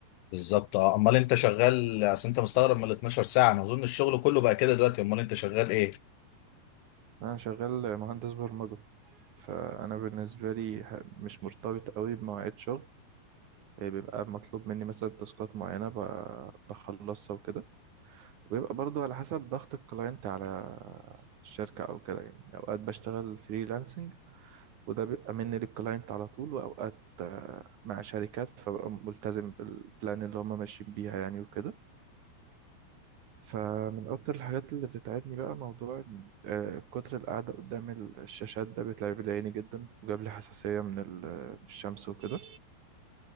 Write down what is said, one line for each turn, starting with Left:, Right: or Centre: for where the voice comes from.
Left: بالظبط اه امال انت شغال اصل انت مستغرب من ال 12 ساعه انا اظن الشغل كله بقى كده دلوقتي امال انت شغال ايه
Right: انا شغال مهندس برمجة فانا بالنسبة لي ه- مش مرتبط قوي بمواعيد شغل يعني بيبقى مطلوب مني مثلا تاسكات معينة ب- بخلصها وكده وبيبقى برضو على حسب ضغط الكلاينت على الشركة أو كده يعني أوقات بشتغل فريلانسنج وده بيبقى مني للكلاينت على طول وأوقات آه، مع شركات فببقى ملتزم بالبلان اللي هم ماشيين بيها يعني وكده فمن أكتر الحاجات اللي بتتعبني بقى موضوع إن- آه، كتر القعدة قدام ال- الشاشات ده بيتعب لي عيني جدا وجاب لي حساسية من ال- من الشمس وكده